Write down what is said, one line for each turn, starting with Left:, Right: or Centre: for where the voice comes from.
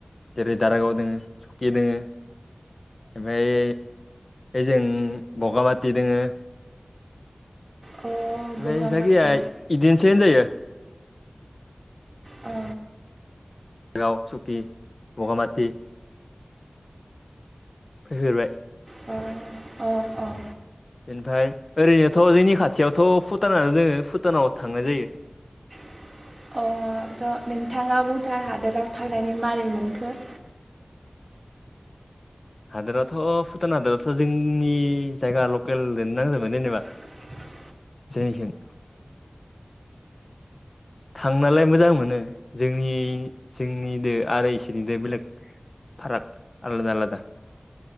Left: जेरै दारागाव दोङो सकि दोङो ओमफ्राय ओजों बगाबाथि दोङो
Right: बगामाथि
Left: ओमफाय जायखिजाया इदिनोसै होनजायो
Right: औ
Left: गाव सुकि बगामाथि फैफेरबाय
Right: अ अ औ
Left: ओमफ्राय ओरैनोथ' जोंनि खाथियावथ' भुटानानो दोङो भुटानाव थांनाय जायो।
Right: <inaudible> अ' नोंथाङा भुटान हादराव थांनानै मारै मोनखो?
Left: हादोराथ' भुटान हादोराथ' जोंनि जायगा लकेलजोंनो नांजाबना जेनेबा
Right: <inaudible>
Left: जोंनिथिं थांनोलाय मोजां मोनो जोंनि जोंनिजों आरो इसोरनिजों बेलेग फाराक आलादा आलादा।